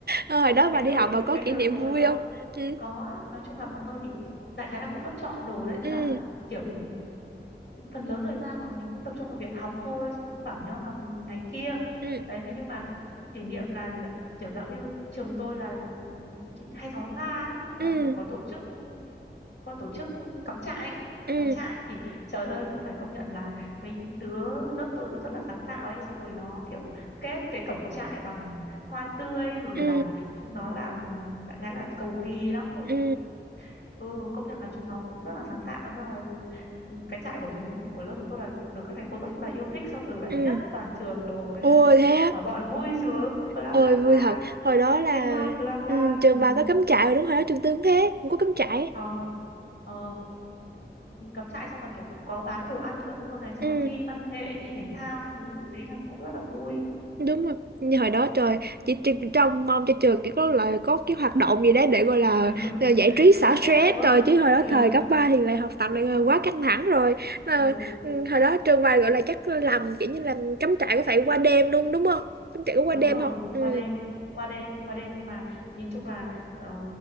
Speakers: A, on the right; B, on the left.
A: Ờ, hồi đó
B: cái
A: bà đi
B: thời
A: học bà có
B: cái
A: kỷ
B: thời
A: niệm
B: của
A: vui
B: bọn tôi
A: không ừ
B: có nói chung là bọn tôi thì đại khái là cũng lớp chọn đồ đấy nên
A: ừ
B: là kiểu phần lớn thời gian là mình cũng tập trung vào việc học thôi xong cũng bảo nhau học này kia
A: ừ
B: đấy thế nhưng mà kỷ niệm là dạ- kiểu dạng như trường tôi là kỷ- 26 tháng 3 ấy, là
A: ừ
B: kiểu có tổ chức có tổ chức cắm trại
A: ừ
B: cắm trại thì trời ơi cũng phải công nhận là mấy đứa lớp tôi nó rất là sáng tạo ấy xong rồi nó kiểu kết cái cổng trại bằng hoa tươi rồi
A: ừ
B: là chúng nó làm đại khái là cầu kỳ lắm rồi
A: ừ
B: ừ công nhận là chúng nó cũng rất là sáng tạo thế là ừ, cái trại của chúng của lớp chúng tôi là được các thầy cô rất là yêu thích xong được giải
A: ừ
B: nhất toàn trường đồ
A: ôi
B: thế là
A: thế á
B: cả bọn vui sướng bla
A: ôi
B: bla bla
A: vui thật hồi đó là
B: liên hoan bla bla
A: ừ, trường
B: ừ.
A: bà có cắm trại rồi đúng hồi đó trường tư cũng thế cũng có cắm trại
B: ờ ờ cắm trại xong là kiểu có bán đồ ăn các thứ đồ này xong
A: ừ
B: rồi thi văn nghệ thi thể thao các thứ đấy là cũng rất là vui
A: đúng rồi như hồi đó trời chỉ, chỉ trông mong cho trường chỉ có là có cái hoạt động gì đấy để gọi là,
B: ừ. <laughs>
A: là giải trí
B: xả
A: xả stress
B: stress đúng không
A: rồi chứ hồi đó
B: ừ.
A: thời cấp 3 thì lại học tập lại ờ, quá căng thẳng rồi Ờ,
B: ừ.
A: ừ, hồi đó trường bài gọi là chắc làm kiểu như làm cắm trại có phải qua đêm luôn đúng không cắm trại có qua
B: đúng
A: đêm
B: rồi
A: không ừ
B: qua đêm qua đêm qua đêm nhưng mà nhìn chung là ờ,